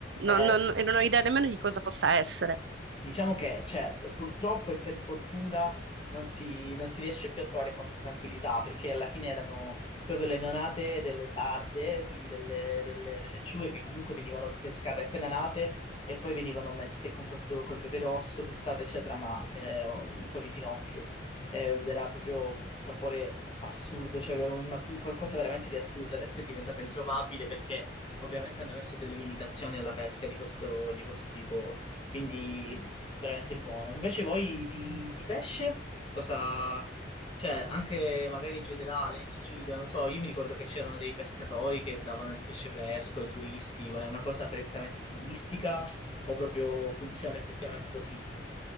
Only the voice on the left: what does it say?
Eh,
Diciamo che, cioè, purtroppo e per fortuna non si, non si riesce più a trovare con tranquillità, perché alla fine erano proprio le neonate delle sarde, quindi delle, delle, delle acciughe che comunque venivano pescate appena nate e poi venivano messe con questo, col pepe rosso, pestate, eccetera, ma eh, un po' di finocchio. Eh, ed era proprio un sapore assurdo, cioè aveva una- un qualcosa veramente di assurdo. Adesso è diventata introvabile perché ovviamente hanno messo delle limitazioni alla pesca di questo, di questo tipo. Quindi veramente buono. Invece voi di, di pesce, cosa... Cioè, anche magari in generale in Sicilia, non so, io mi ricordo che c'erano dei pescatori che davano il pesce fresco ai turisti, ma è una cosa prettamente turistica o proprio funziona effettivamente così?